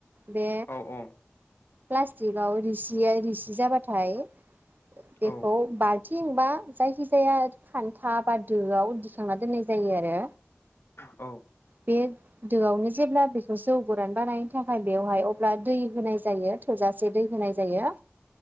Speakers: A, on the right; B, on the left.
A: बे
B: औ
A: प्लासटिकआव आरै सि सिया रिसि जाबाथाय बेखौ
B: औ
A: बाल थिंबा जायखिजाया खान्था बा दोआव दिखांना दोननाय जायो आरो।
B: औ।
A: बे दोआवनो जेब्ला बेखौ जौ गोरान बानायनो थाखाय बेवहाय अब्ला दै होनाय जायो थोजासे दै होनाय जायो। जायो।